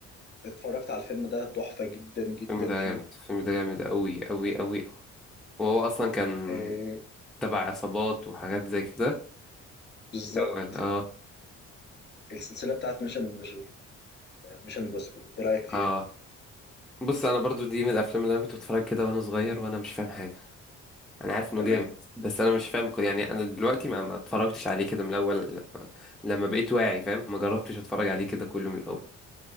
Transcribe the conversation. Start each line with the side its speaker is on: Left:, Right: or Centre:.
Left: اتفرجت على الفيلم ده تحفه جدا جدا
Centre: الفيلم ده
Left: فيه
Centre: جامد الفيلم ده جامد قوي قوي قوي وهو اصلا كان
Left: آه
Centre: تبع عصابات وحاجات زي كده
Left: بالظبط
Centre: في الاول اه
Left: السلسله بتاعت ميشن امبوسيبل ميشن امبوسيبل ايه رايك فيها
Centre: اه بص انا برضو دي من الافلام اللي انا كنت بتفرج كده وانا صغير وانا مش فاهم حاجة انا عارف انه
Left: تمام
Centre: جامد بس انا مش فاهم يعني انا دلوقتي ما ما اتفرجتش عليه كده من الاول لما, لما بقيت واعي فاهم ما جربتش اتفرج عليه كده كله من الاول